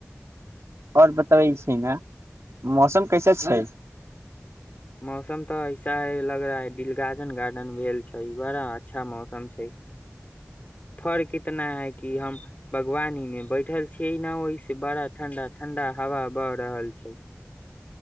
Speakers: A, on the right; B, on the left.
A: आओर बतबै छी ने मौसम कैसे छै
B: मौसम तऽ ऐसा ह लग रहा है द गार्डन गार्डन भेल छै बड़ा अच्छा मौसम छै फर कितना है कि हम बागवानी मे बैठल छी ने ओहि से बड़ा ठंडा ठंडा हवा बह रहल छै